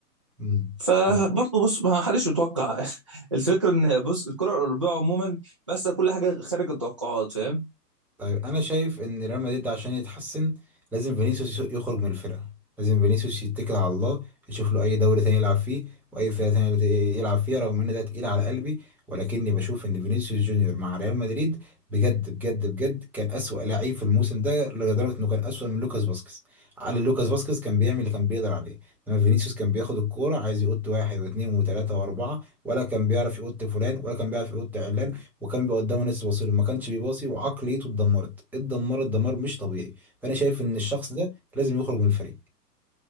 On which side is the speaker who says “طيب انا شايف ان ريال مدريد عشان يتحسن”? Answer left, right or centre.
Centre